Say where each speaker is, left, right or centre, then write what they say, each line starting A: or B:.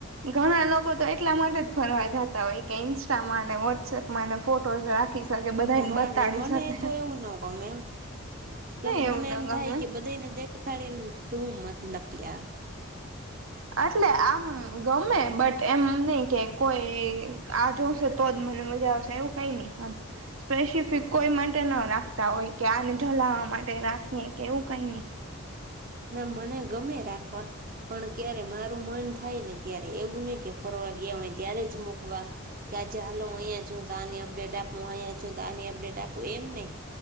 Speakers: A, on the right; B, on the right.
A: ઘણા લોકો તો એટલા માટે જ ફરવા જતા હોય કે ઇન્સ્ટામાન વોટ્સએપ માં ફોટો રાખી શકે બધાને
B: હા
A: બતાડી
B: ને મને
A: શકે
B: તો એવું ન ગમે કેમ મને
A: એવું
B: એમ
A: ન ગમે
B: થાય કે બધાને દેખાડીને શું મતલબ્યાર
A: એટલે આમ ગમે બટ એમ નઈ કે કોઈ આ જોશે તો જ મને મજા આવશેવું કઈ નહી આમ સ્પેસિફિક કોઈ માટે ન રાખતા હોય કે આને જલાવા માટે રાખીએ કે એવું કઈ નહી
B: <inaudible> ના મને ગમે રાખવા પણ ક્યારે મારું મન થાય ને ત્યારે એવું નયી કે ફર ગયા હોય ત્યારે જ મકવા કે આજે હાલ અહીંયા છું તો આની અપડેટ આપ અહીંયા છું તો આની અડેટ આપું એમ નહી